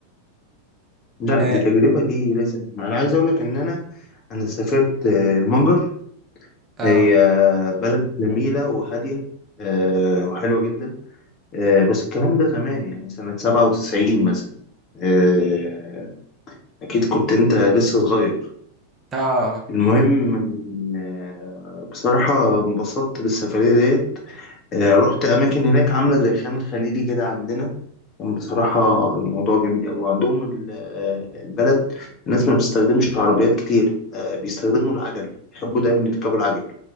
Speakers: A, on the left; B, on the right.
A: لا
B: إيه،
A: دي تجربة دي لازم أنا عايز أقول لك إن أنا أنا سافرت آه، المجر
B: اه
A: هي آه، بلد جميلة وهادية آه، وحلوة جدا آه، بس الكلام ده زمان يعني سنة 97 مثلا آه، أكيد كنت أنت لسه صغير
B: اه
A: المهم آه، بصراحة انبسطت بالسفرية ديت آه، رحت أماكن هناك عاملة زي خان خليلي كده عندنا كان بصراحة الموضوع جميل أوي عندهم ال- آه، البلد الناس ما بتستخدمش عربيات كتير آه، بيستخدموا العجل يحبوا دايما يركبوا العجل